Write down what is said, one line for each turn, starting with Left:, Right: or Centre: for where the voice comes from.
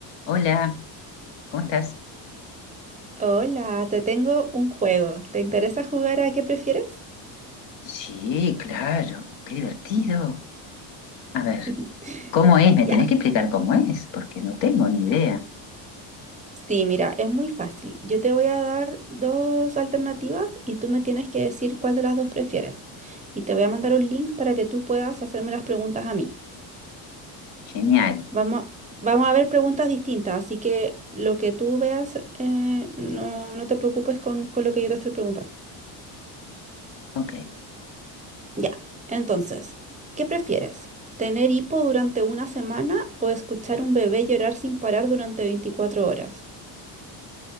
Left: Hola, ¿cómo estás?
Right: Hola, te tengo un juego. ¿Te interesa jugar a qué prefieres?
Left: Sí, claro, qué divertido. A ver,
Right: <laughs>
Left: ¿cómo es? Me tenés
Right: Ya.
Left: que explicar cómo es, porque no tengo ni idea.
Right: Sí, mira, es muy fácil. Yo te voy a dar dos alternativas y tú me tienes que decir cuál de las dos prefieres. Y te voy a mandar un link para que tú puedas hacerme las preguntas a mí.
Left: Genial,
Right: Vamos, vamos a ver preguntas distintas, así que lo que tú veas, eh, no, no te preocupes con, con lo que yo te estoy preguntando.
Left: ok.
Right: Ya, entonces, ¿qué prefieres? ¿Tener hipo durante una semana o escuchar un bebé llorar sin parar durante 24 horas?